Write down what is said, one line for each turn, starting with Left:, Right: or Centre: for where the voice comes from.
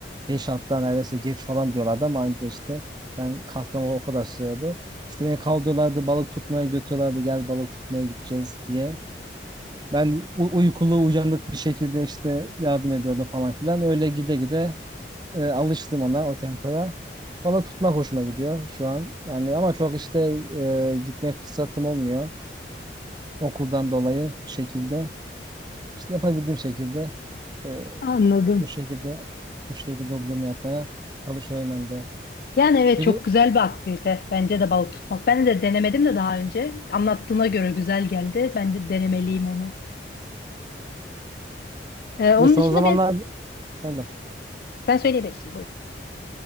Right: 5 hatta neredeyse geç falan diyorlardı ama anca işte ben kalkmama o kadar sürüyordu. İşte beni kaldırıyorlardı balık tutmaya götürüyorlardı gel balık tutmaya gideceğiz diye. Ben u- uykulu uyanık bir şekilde işte yardım ediyordum falan filan. Öyle gide gide e, alıştım ona, o tempoya. Bana tutmak hoşuma gidiyor şu an. Yani ama çok işte e, gitme fırsatım olmuyor. Okuldan dolayı bir şekilde işte yapabildiğim şekilde e,
Left: Anladım.
Right: bu şekilde bu şekilde hobilerimi yapmaya çalışıyorum ben de.
Left: Yani evet
Right: Peki
Left: çok güzel bir aktivite. Bence de balık tutmak. Ben de denemedim de daha önce. Anlattığına göre güzel geldi. Ben de denemeliyim onu. Ee, onun
Right: bir son
Left: dışında
Right: zamanlar
Left: ben
Right: efendim,
Left: sen söyleyebilirsin. Buyurun.